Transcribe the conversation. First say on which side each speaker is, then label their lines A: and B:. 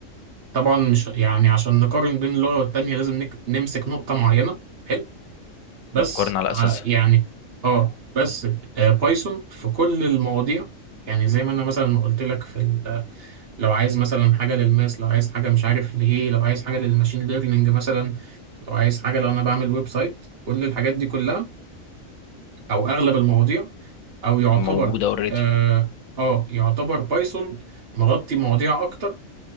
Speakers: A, on the right (about 50°); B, on the left (about 80°).
A: طبعا مش يعني عشان نقارن بين اللغة والتانية لازم نك... نمسك نقطة معينة حلو بس
B: مقارنة على
A: ع-
B: اساسها
A: يعني اه بس آه بايثون في كل المواضيع يعني زي ما انا مثلا ما قلت لك في ال... لو عايز مثلا حاجة للماس لو عايز حاجة مش عارف ليه لو عايز حاجة للماشين ليرنينج مثلا لو عايز حاجة لو انا بعمل ويب سايت كل الحاجات دي كلها او اغلب المواضيع او يعتبر
B: موجودة اوريدي
A: اه, آه يعتبر بايثون مغطي مواضيع اكتر